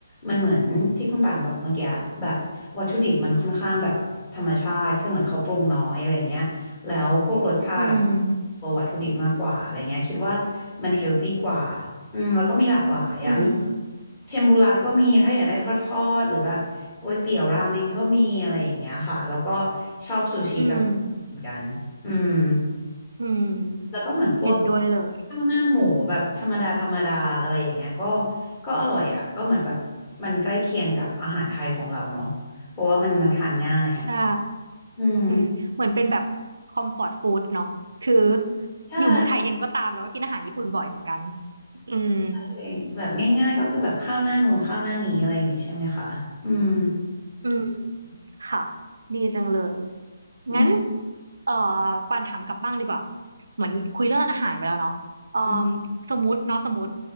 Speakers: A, on the left; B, on the right.
A: มันเหมือนที่คุณป่านบอกเมื่อกี้แบบวัตถุดิบมันค่อนข้างแบบธรรมชาติคือเหมือนเขาปรุงน้อยอะไรอย่างเงี้ย แล้วพวกรสชาติอะ
B: อืม
A: ตัววัตถุดิบมากกว่าอะไรเงี้ยคิดว่ามันเฮลตี้กว่าอืมแล้วก็มีหลากหลายอะมี
B: อืม
A: เทมปุระก็มีถ้าอยากได้ทอดๆหรือแบบก๋วยเตี๋ยวราเมงก็มีอะไรอย่างเงี้ยค่ะแล้วก็ชอบ
B: อืม
A: เหมือนกันอืม
B: อืมเห็นด้วยเลย
A: แล้วก็เหมือนพวกข้าวหน้าหมูแบบธรรมดาธรรมดาอะไรอย่างเงี้ยก็ก็อร่อยอ่ะก็เหมือนแบบมันใกล้เคียงกับอาหารไทยของเราเนาะเพราะว่ามันมันทานง่ายอ่ะ
B: ใช่
A: อืม
B: อืมเหมือนเป็นแบบคอมฟอร์ตฟู้ดเนาะคือ
A: ใช่
B: อยู่เมืองไทยเองก็ตามแล้วก็กินอาหารญี่ปุ่นบ่อยเหมือนกันอืม
A: เลยแบบง่ายๆก็คือแบบเข้าหน้านูนเข้าหน้านี้อะไรอย่างงี้ใช่ไหมคะอืม
B: อืมค่ะดีจังเลย
A: อืม
B: งั้นเอ่อปานถามกลับบ้างดีกว่าเหมือนคุยเรื่องอาหารไปแล้วเนาะเอ่อ
A: อืม
B: สมมติเนาะสมมติ